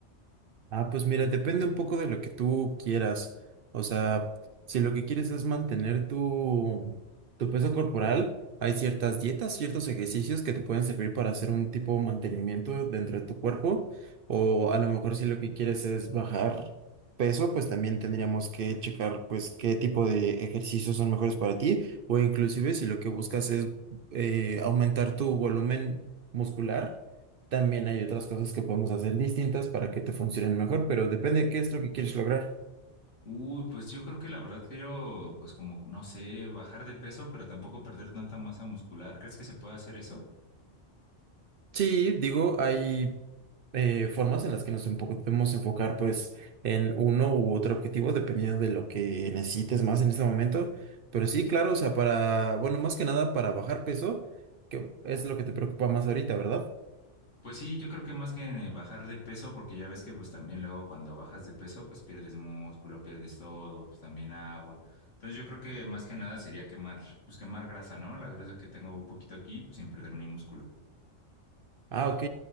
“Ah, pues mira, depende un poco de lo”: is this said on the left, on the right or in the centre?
Right